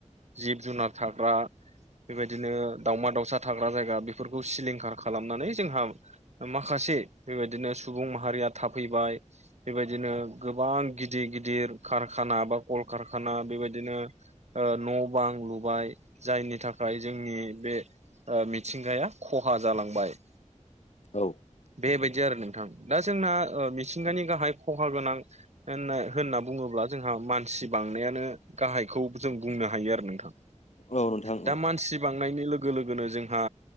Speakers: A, on the right; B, on the left.
A: जिब जुनार थाग्रा बेबायदिनो दावमा दावसा थाग्रा जायगा बेफोरखौ सिलिंखार खालामनानै जोंहा माखासे बेबायदिनो सुबुं माहारिया थाफैबाय बेबायदिनो गोबां गिदिर गिदिर कारखाना बा कलकारखाना बेबायदिनो न' बां लुबाय जायनि थाखाय जोंनि बे मिथिंगाया खहा जालांबाय।
B: औ
A: बेबायदि आरो नोंथां। दा जोंना मिथिंगानि गाहाय खहा गोनां होननो होनना बुङोब्ला जोंहा मानसि बांनायानो गाहायखौ जों बुंनो हायो आरो नोंथां।
B: औ नोंथां
A: दा
B: औ
A: मानसि बांनायनि लोगो लोगोनो जोंहा